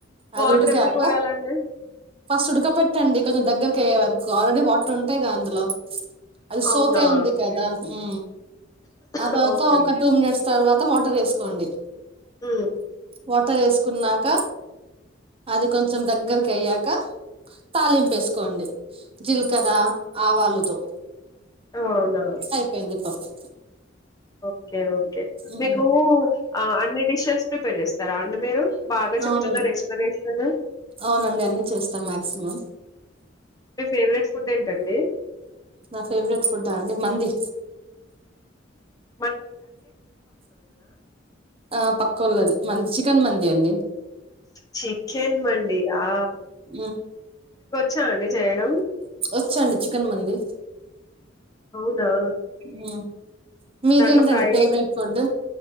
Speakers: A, on the left; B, on the right.
A: వాటర్
B: అది ఉడికాక
A: ఎప్పుడు పోయాలండి
B: ఫస్ట్ ఉడక పెట్టండి కొంచెం దగ్గరకి అయ్యే వరకు ఆల్రెడి వాటర్ ఉంటాయిగా అందులో అది
A: అవునా
B: సోకాయ ఉంది కదా ఉ ఆ
A: ఓకే
B: తర్వాత
A: ఓకే
B: ఒక టూ మినిట్స్ తర్వాత వాటర్ వేసుకోండి
A: ఉ
B: వాటర్ వేసుకున్నాక అది కొంచెం దగ్గరకి అయ్యాక తాలింపేసుకోండి జీలకర్ర, ఆవాలుతో
A: అవునా
B: అయిపోయింది పప్పు
A: ఓకే ఓకే
B: మ్మ్
A: మీకు అన్ని డిషెస్ ప్రిపేర్ చేస్తారా అండి మీరు బాగా
B: అవునండి
A: చెప్తున్నారు ఎక్స్ప్లెనేషన్
B: అవునండి అన్ని చేస్తా మాక్సిమం
A: మీ ఫేవరెట్ ఫుడ్ ఏంటండి
B: నా ఫేవరెట్ ఫుడ్ అండి మంది
A: ఉ
B: ఆ పక్కొల్లది మంది చికెన్ మంది అండి
A: చికెన్ మండి ఆ
B: ఉ
A: చ్చా అండి చేయడం
B: వచ్చండి చికెన్ మంది
A: ఆ
B: మ్మ్ మీదేంటండి
A: దాంట్లో ఫ్రై
B: ఫేవరెట్ ఫుడ్